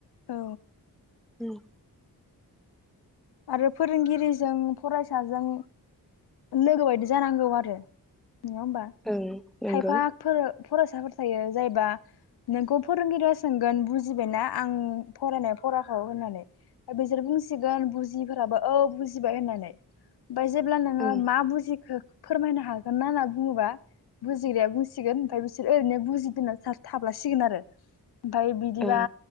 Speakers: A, on the left; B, in the centre.
A: औ।
B: उम
A: आरो फोरोंगिरिजों फरायसाजों लोगो बायदि जानांगौ आरो। नङा होमबा?
B: ओं नंगौ
A: खायफाफोर फरायसाफोर थायो जायबा नोंखौ फोरोंगिरिया सोंगोन बुजिबायना आं फरायनाय फराखौ होननानै बिसोर बुंसिगोन बुजि जियिफोराबो औ बुजिबाय होननानै। बाय जेब्ला नोङो
B: ओं
A: मा बुजिखो फोरमायनो हागोन ना होनना बुङोबा बुजिग्राया बुंसिगोन ओमफ्राय बिसोर ओरैनो बुजिदोंना सार थाब्लासिगोन आरो। ओमफ्राय बिदिबा
B: ओं